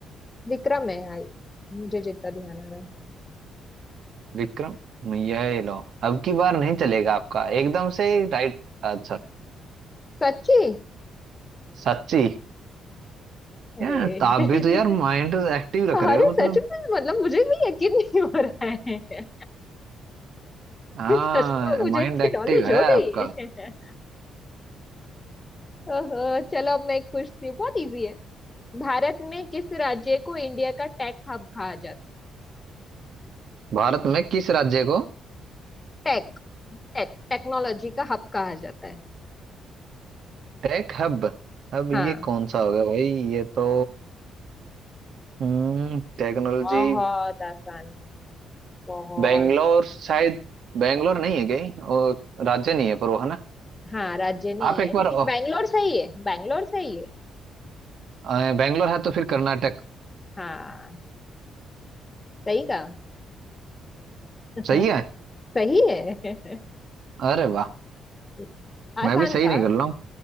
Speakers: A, on the left; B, on the right.
A: विक्रम है आई मुझे जितना ध्यान आ रहा है
B: विक्रम यह लो अब की बार नहीं चलेगा आपका एकदम से Right answer
A: सच्ची
B: सच्ची
A: अरे
B: यार तो
A: <laughs>
B: आप भी तो यार माइंड एक्टिव रख
A: अरे
B: रहे हो मतलब
A: सच में मतलब मुझे भी यकीन नहीं हो रहा है
B: हाँ
A: <laughs> सच में मुझे
B: माइंड
A: इतनी
B: एक्टिव
A: नॉलेज
B: है
A: हो गई
B: आपका
A: है <laughs> ओहो चलो अब मैं एक पूछती हूँ बहुत इजी है भारत में किस राज्य को इंडिया का टेक हब कहा जाता
B: भारत में किस राज्य को
A: है टेक टेक टेक्नोलॉजी का हब कहा जाता है
B: टेक हब हब ये
A: हाँ
B: कौन सा होगा भाई ये तो हम्म टेक्नोलॉजी
A: बहुत आसान है बहुत
B: बेंगलोर
A: ज्यादा
B: शायद बेंगलोर नहीं है कहीं और राज्य नहीं है पर वो है ना
A: हाँ राज्य नहीं
B: आप एक
A: है
B: बार
A: लेकिन
B: अ,
A: बैंगलोर सही है बैंगलोर सही है
B: अ, बैंगलोर है तो फिर कर्नाटक
A: हाँ सही कहा <laughs>
B: सही है
A: सही है
B: अरे वाह
A: <laughs> आसान
B: मैं भी सही
A: था
B: निकल रहा हूँ